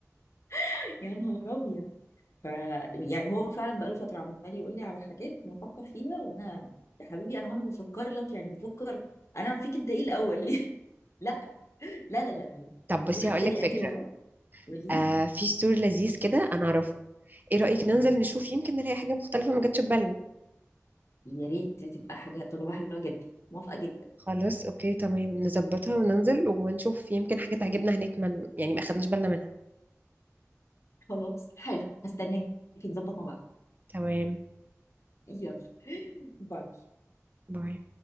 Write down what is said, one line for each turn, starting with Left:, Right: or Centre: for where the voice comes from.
Left: <laughs> يا نهار ابيض ف يعني هو فعلا بقاله فتره عمال يقول لي على حاجات بفكر فيها وانا يا حبيبي انا وانا بفكر لك يعني بفكر انا فيك انت ايه الاول <laughs> ليه؟ لا لا لا لا لا.
Right: طب بصي
Left: اجيب حد
Right: هقول
Left: تاني
Right: لك فكرة
Left: اجري وراه قولي
Right: آه
Left: لي
Right: في ستور لذيذ كده انا اعرفه ايه رأيك ننزل نشوف يمكن نلاقي حاجة مختلفة ما جاتش في بالنا
Left: يا ريت تبقى حاجه تجربه حلوه جدا موافقه جدا
Right: خلاص اوكي تمام نظبطها وننزل ونشوف يمكن حاجة تعجبنا هناك من يعني ما اخدناش بالنا منها
Left: خلاص حلو هستناك نظبط مع بعض
Right: تمام
Left: يلا باي
Right: باي